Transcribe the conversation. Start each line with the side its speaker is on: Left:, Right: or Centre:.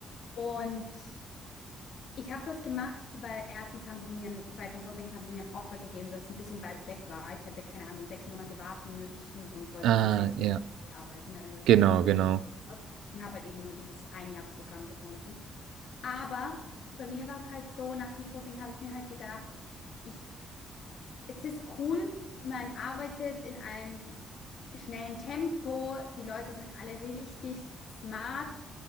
Left: Und ich habe das gemacht, weil erstens haben sie mir, ein, bei Consulting haben sie mir ein Offer gegeben, das ein bisschen weit weg war. Ich hätte, keine Ahnung, sechs Monate warten müssen und ich wollte
Right: Ah,
Left: jetzt nicht sechs Monate
Right: ja.
Left: arbeiten. Also habe ich
Right: Genau,
Left: mir gedacht, okay,
Right: genau.
Left: ich mache das aus und habe halt eben nur dieses Ein-Jahr-Programm gefunden. Aber bei mir war es halt so, nach Consulting habe ich mir halt gedacht, ich es ist cool, man arbeitet in einem schnellen Tempo, die Leute sind alle richtig smart